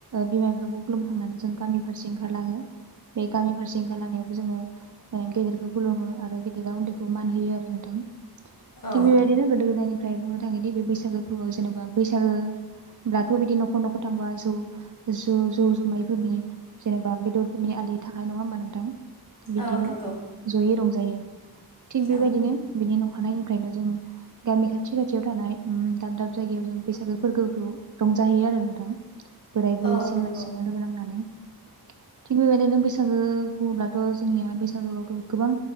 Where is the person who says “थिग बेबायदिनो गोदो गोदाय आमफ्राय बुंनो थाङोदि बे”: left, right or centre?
Right